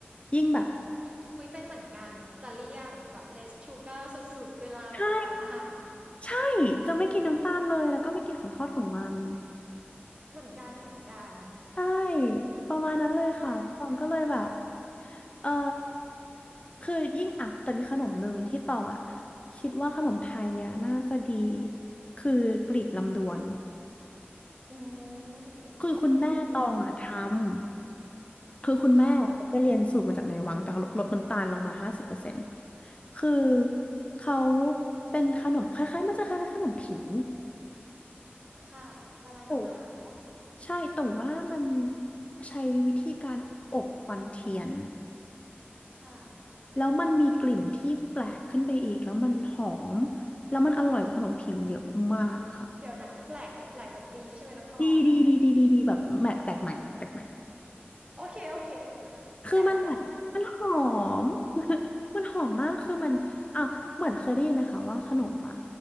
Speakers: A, on the left; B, on the right.
A: ยิ่งแบบ
B: อืมอุ้ยเป็นเหมือนกันจะเลี่ยงแบบ less sugar สุดๆเวลาแบบไปสั่งอาหาร
A: ใช่ใช่จะไม่กินน้ำตาลเลยแล้วก็ไม่กินของทอดของมัน
B: เหมือนกันเหมือนกัน
A: ใช่ประมาณนั้นเลยค่ะตองก็เลยแบบ
B: ใช่
A: เออคือยิ่งอ่ะแต่มีขนมหนึ่งที่ตองอ่ะคิดว่าขนมไทยเนี่ยน่าจะดีคือกลีบลำดวน
B: อืม
A: คือคุณแม่ตองอ่ะท
B: อืมอืม
A: ำ คือคุณแม่เขาไปเรียนสูตรมาจากในวังแต่เขาลดน้ำตาลลงมาห้าสิบเปอร์เซ็นต์
B: ค่ะ
A: คือเขาเป็นขนมคล้ายๆมันจะคล้ายๆขนมผิง
B: ค่ะละลายในปากเนาะ
A: แต่ใช่แต่ว่ามันใช้วิธีการอบควันเทียน
B: ค่ะ
A: แล้วมันมีกลิ่นที่แปลกขึ้นไปอีกแล้วมันหอมแล้วมันอร่อยกว่าขนมผิงเยอะมากค่ะ
B: เดี๋ยวนะแปลกแต่แปลกแบบดีใช่ไหมน้องตอง
A: ดีดีดีดีดีดีแบบแปลกใหม่แปลกใหม่
B: <laughs> โอเคโอเค <laughs>
A: คือมันแบบมันหอ
B: แซวแซว
A: ม <laughs> มันหอมมากคือมันอ่ะเหมือนเคยได้ยินไหมคะว่าขนมอ่ะ
B: อืม